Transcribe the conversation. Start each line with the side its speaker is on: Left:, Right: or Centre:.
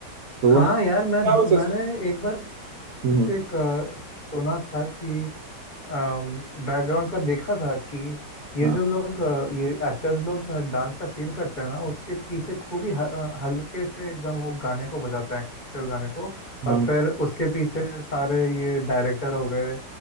Right: तो
Left: हाँ
Right: वो ना क्या
Left: यार मैं
Right: वैसे
Left: मैंने
Right: से-
Left: एक बार
Right: हम्म
Left: कुछ
Right: हम्म,
Left: एक अ, सुना था कि बैकग्राउंड का देखा था कि ये
Right: हाँ
Left: जो लोग अ, ये एक्टर्स लोग डांस का सीन करते हैं ना उसके पीछे खूब ही ह- अ, हल्के से एकदम वो गाने को बजाते हैं एक्चुअल गाने को और
Right: हाँ
Left: फिर उसके पीछे सारे ये डायरेक्टर हो गए